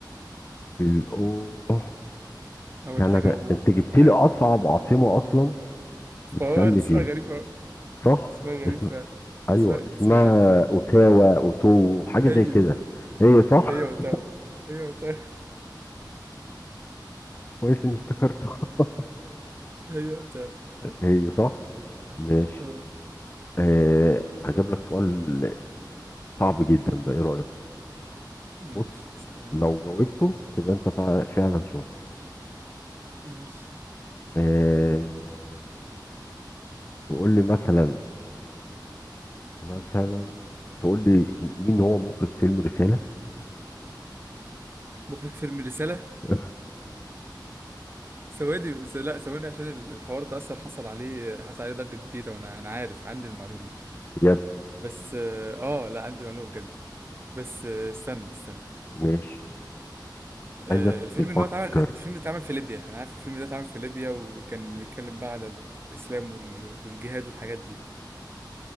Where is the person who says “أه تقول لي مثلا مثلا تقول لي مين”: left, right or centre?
Left